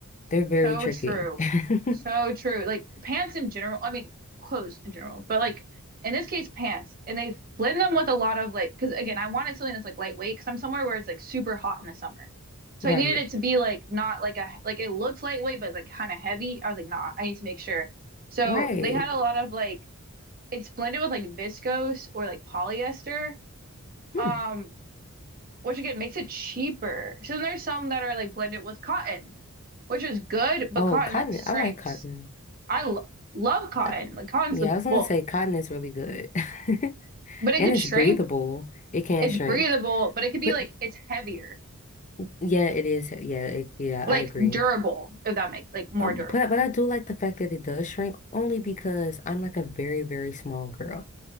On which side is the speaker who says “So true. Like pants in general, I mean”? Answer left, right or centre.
Right